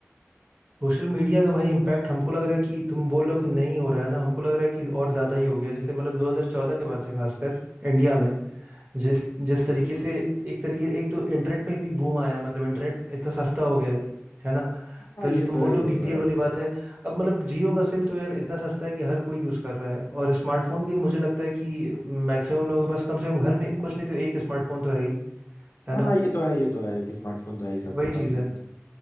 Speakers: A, on the right; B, on the left.
A: सोशल मीडिया का भाई इम्पैक्ट हमको लग रहा है कि तुम बोल रहे हो कि नहीं हो रहा है ना हमको लग रहा है कि और ज्यादा ही हो गया जैसे मतलब 2014 के बाद से खासकर इंडिया में जिस जिस तरीके से एक तरीके एक तो इंटरनेट में भी बूम आया है मतलब इंटरनेट इतना सस्ता हो गया है है ना
B: हाँ
A: तो
B: ये
A: जो तुम
B: तो
A: बोल
B: है
A: रहे
B: ये
A: हो बीपीएल
B: तो है
A: वाली बात है अब मतलब जियो का सिम तो यार इतना सस्ता है कि हर कोई यूज़ कर रहा है और स्मार्टफोन भी मुझे लगता है कि मैक्सिमम लोगों के पास कम से कम घर में कुछ नहीं तो एक स्मार्टफोन तो है ही है
B: हाँ
A: ना
B: हाँ ये तो है ये तो है कि स्मार्टफोन तो है ही सबके
A: वही
B: पास
A: चीज़
B: घर
A: है
B: में